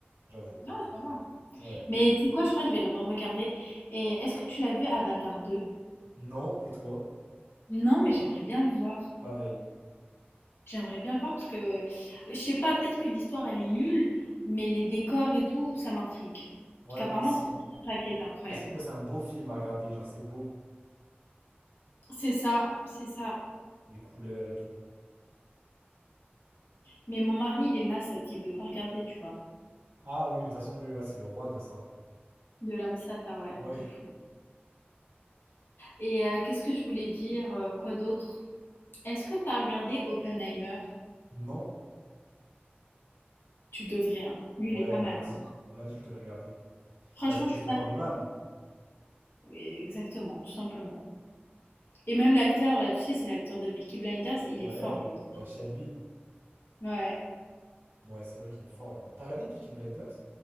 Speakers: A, on the right; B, on the left.
A: j'avoue.
B: Non, ça va.
A: Ouais.
B: Mais tu sais quoi, je crois que je vais le re-regarder. Et est-ce que tu l'as vu Avatar deux
A: Non, et toi?
B: Non, mais j'aimerais bien le voir.
A: Pareil.
B: J'aimerais bien le voir parce que, je sais pas, peut-être que l'histoire, elle est nulle, mais les décors et tout, ça m'intrigue. Parce
A: Ouais,
B: qu'apparemment,
A: moi aussi.
B: c'était vraiment ça qui était incroyable.
A: À Sleep, ouais, c'est un beau film à regarder, genre c'est beau,
B: C'est ça, c'est ça.
A: les couleurs et tout.
B: Mais mon mari, il est massat, il veut pas regarder, tu vois.
A: Ah oui, mais de toute façon, lui, ouais, c'est le roi de ça.
B: De l'âme sata, ouais,
A: Ouais.
B: de fou. Et euh, qu'est-ce que je voulais dire? euh, quoi d'autre? Est-ce que t'as regardé Oppenheimer?
A: Non?
B: Tu devrais, hein. Lui,
A: Ouais,
B: il est pas
A: on
B: mal,
A: m'a dit.
B: hein.
A: On m'a dit que je devais regarder.
B: Franchement,
A: Bah, c'est Christopher
B: je suis pas...
A: Nolan.
B: Oui, Exactement, tout simplement. Et même l'acteur, là, tu sais, c'est l'acteur de Peaky Blinders, il
A: Ouais.
B: est fort, lui aussi.
A: Euh, Shelby.
B: Ouais.
A: Ouais, c'est vrai qu'il est fort, lui. T'as regardé Peaky Blinders?